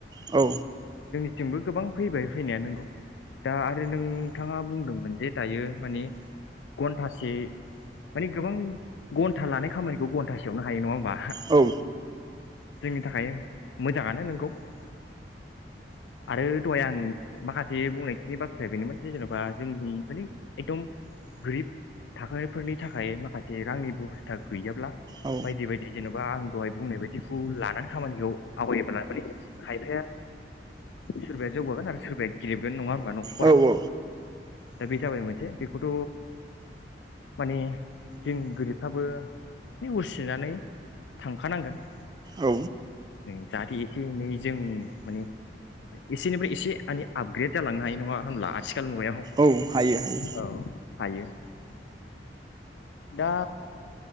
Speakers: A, on the right (about 25°); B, on the left (about 85°).
A: औ
B: जोंबो गोबां फैबाय फैनाया नों दा आरो नोंथाङा बुंदोंमोन जे दायो माने घन्टासे माने गोबां घन्टा लानाय खामानिखौ घन्टासेयावनो हायो नङा होमबा
A: औ
B: जोंनि थाखाय मोजाङानो नोंगौ आरो दहाय आं माखासे बुंनायखिनि बाथ्राया बेनोमोन जे जेनबा जोंनि मानि एकदम गोरिब थाखोफोरनि थाखाय माखासे रांनि बेबस्था गैयाब्ला
A: औ
B: बायदि बायदि जेने बा आं दहाय बुंनायबादि बिखौ लानानै खामानिखौ आवगायोब्ला माने खायफाया सोरबाया जौगागोन आरो सोरबाया गेरेबगोन नङा हो बा नखरा
A: औ
B: दा बे जाबाय मोनसे बेखौथ माने जों गोरिबफ्राबो नेउसिनानै थांखानांगोन
A: औ
B: नै जाहाथे एसे एनै जों माने एसेनिफ्राय एसे माने आपग्रेद जालांनो हायो नङा होनब्ला आथिखाल मुगायाव
A: औ हायो हायो
B: औ हायो दा